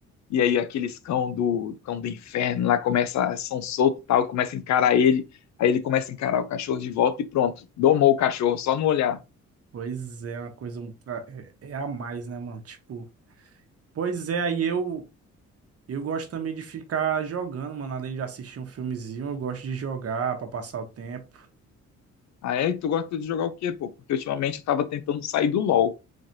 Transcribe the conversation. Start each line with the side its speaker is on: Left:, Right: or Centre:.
Left: e aí aqueles cão do cão do inferno lá começa, são solto e tal, começa a encarar ele, aí ele começa a encarar o cachorro de volta e pronto, domou o cachorro só no olhar.
Right: Pois é, uma coisa um pra- é, é a mais, né, mano? Tipo, pois é, aí eu eu gosto também de ficar jogando, mano. Além de assistir um filmezinho, eu gosto de jogar pra passar o tempo.
Left: Aí tu gosta de jogar o quê, pô? Porque ultimamente eu tava tentando sair do LoL.